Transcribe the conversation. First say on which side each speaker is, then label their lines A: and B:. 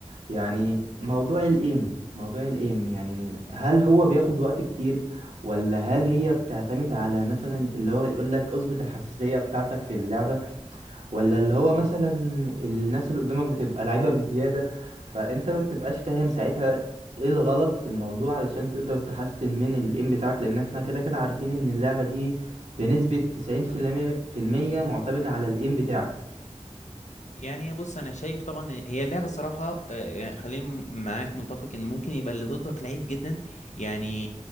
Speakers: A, on the right; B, on the left.
A: يعني موضوع الايم موضوع الايم يعني هل هو بياخد وقت كتير ولا هل هي بتعتمد على مثلا اللي هو يقولك اظبط الحساسيه بتاعتك في اللعبه ولا اللي هو مثلا الناس اللي قدامك بتبقى لعيبة بزيادة فانت ما بتبقاش فاهم ساعتها ايه الغلط في الموضوع علشان تقدر تحسن من الايم بتاعك لان احنا كده كده عارفين ان اللعبة دي بنسبة تسعين في المية في المية معتمدة على الايم بتاعك
B: يعني بص انا شايف طبعا إن هي اللعبه صراحه آه، يعني خليني معاك متفق ان ممكن يبقى اللي ضدك لعيب جدا يعني